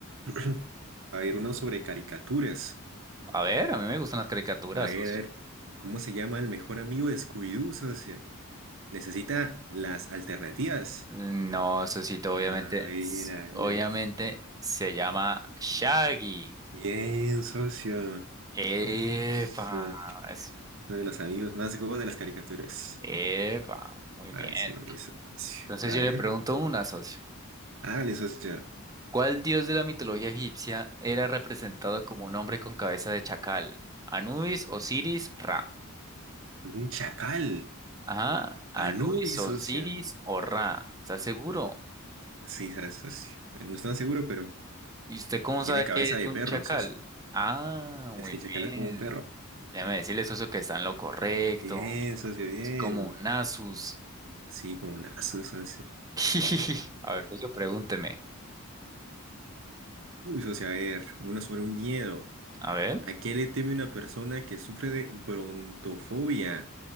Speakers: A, on the right; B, on the right.
A: <clears throat> A ver, uno sobre caricaturas.
B: a ver, a mí me gustan las caricaturas,
A: A ver,
B: socio.
A: a ver, ¿cómo se llama el mejor amigo de Scooby-Doo, socio? Necesita las alternativas.
B: No, Sosito,
A: A
B: obviamente,
A: ver,
B: s-
A: a
B: obviamente
A: ver.
B: se llama Shaggy.
A: Bien, socio.
B: Epa,
A: Es, eh,
B: es-
A: Uno de los amigos más go de las caricaturas.
B: epa, muy bien.
A: Así es, socio.
B: Entonces
A: A
B: yo
A: ver.
B: le pregunto una, socio.
A: Hágale, socio.
B: ¿Cuál dios de la mitología egipcia era representado como un hombre con cabeza de chacal? ¿Anubis, Osiris, Ra?
A: Un chacal.
B: Ajá, Anubis,
A: Anubis,
B: Osiris
A: socio.
B: o Ra. ¿Está seguro?
A: Sí, sabes, socio. No estoy tan seguro, pero
B: ¿Y usted cómo sabe
A: tiene cabeza
B: Me- que es
A: de
B: un
A: perro,
B: chacal?
A: socio.
B: Ah,
A: Es
B: muy
A: que el
B: bien.
A: chacal es como un perro.
B: Déjame decirle, socio, que está en lo correcto.
A: Bien, socio, bien.
B: Es como un Asus.
A: Sí, como un aso, socio.
B: <laughs> A ver, socio, pregúnteme.
A: Uy, socio, a ver, uno sobre un miedo.
B: A ver.
A: ¿A qué le teme una persona que sufre de brontofobia?